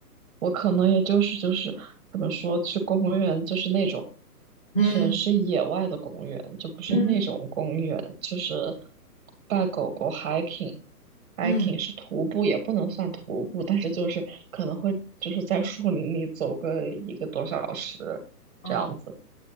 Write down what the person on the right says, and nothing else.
我可能也就是就是怎么说，去公园就是那种
全是野外的公园，就不是那种公园，
就是带狗狗 hiking。hiking
是徒步，也不能算徒步，但是就是可能会就是在树林里走个一个多小时这样子。